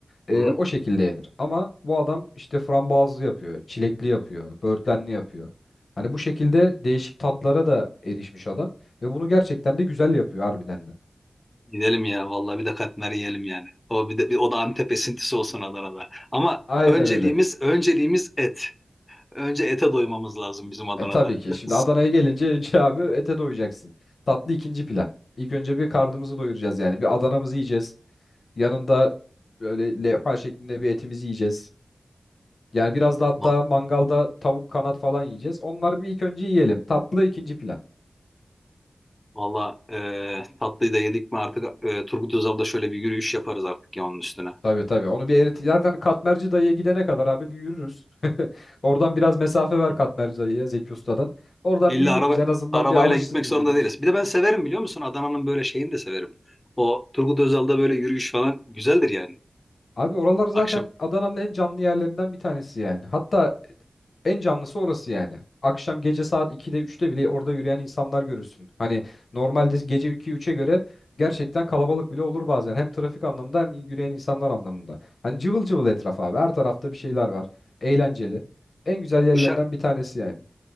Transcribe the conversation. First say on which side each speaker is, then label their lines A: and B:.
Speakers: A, on the left (about 80°); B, on the left (about 20°).
A: E,
B: Hı.
A: o şekilde yenir. Ama bu adam işte frambuazlı yapıyor, çilekli yapıyor, böğürtlenli yapıyor. Hani bu şekilde değişik tatlara da erişmiş adam ve bunu gerçekten de güzel yapıyor harbiden de.
B: Gidelim ya vallahi bir de katmer yiyelim yani. O bir de bir o da Antep esintisi olsun Adana'da. Ama
A: Aynen
B: önceliğimiz
A: öyle.
B: önceliğimiz et. Önce ete doymamız lazım bizim Adana'da.
A: E tabii ki.
B: <laughs>
A: Şimdi Adana'ya gelince önce <laughs> abi ete doyacaksın. Tatlı ikinci plan. İlk önce bir karnımızı doyuracağız yani. Bir Adana'mızı yiyeceğiz. Yanında böyle levha şeklinde bir etimizi yiyeceğiz. Yani biraz da hatta
B: Va-
A: mangalda tavuk kanat falan yiyeceğiz. Onları bir ilk önce yiyelim. Tatlı ikinci plan.
B: Vallahi e, tatlıyı da yedik mi artık e, Turgut Özal'da şöyle bir yürüyüş yaparız artık ya onun üstüne.
A: Tabii tabii. Onu bir erit zaten Katmerci dayıya gidene kadar abi bir yürürüz. <laughs> Oradan biraz mesafe ver Katmerci dayıya Zeki Usta'dan. Oradan
B: İlla
A: bir yürürüz.
B: araba
A: En azından
B: arabayla
A: bir alışsın
B: gitmek
A: vücudumuz.
B: zorunda değiliz. Bir de ben severim biliyor musun? Adana'nın böyle şeyini de severim. O Turgut Özal'da böyle yürüyüş falan güzeldir yani
A: Abi oralar zaten
B: akşam.
A: Adana'nın en canlı yerlerinden bir tanesi yani. Hatta en canlısı orası yani. Akşam gece saat 2'de üçte bile orada yürüyen insanlar görürsün. Hani normalde gece 2 üçe göre gerçekten kalabalık bile olur bazen. Hem trafik anlamında hem yürüyen insanlar anlamında. Hani cıvıl cıvıl etraf abi. Her tarafta bir şeyler var. Eğlenceli. En güzel yerlerinden
B: Dışa-
A: bir tanesi yani.